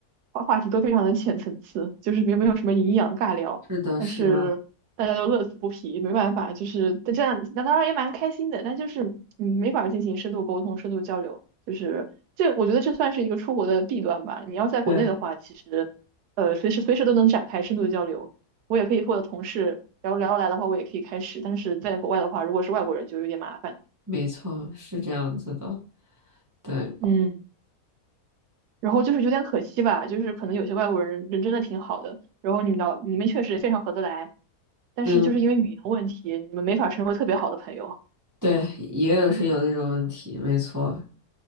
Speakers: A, on the right (about 90°); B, on the right (about 20°).
A: 话话题都非常的浅层次，就是没没有什么营养尬聊，
B: 是的，
A: 但是大家都乐此不疲，
B: 是的，
A: 没办法，就是但这样，那当然也蛮开心的，但就是嗯，没法进行深度沟通、深度交流，就是这我觉得这算是一个出国的弊端吧。你要在国内的话，
B: 对，
A: 其实。呃，随时随时都能展开深度的交流。我也可以和我的同事，然后聊得来的话，我也可以开始。但是在国外的话，如果是外国人就有点麻烦。
B: 没错，是这样子的，对。
A: 嗯，然后就是有点可惜吧，就是可能有些外国人人真的挺好的，然后你们聊你们确实也非常合得来，但是就是因为语言问题，
B: 嗯。
A: 你们没法成为特别好的朋友。
B: 对，也有是有那种问题，没错，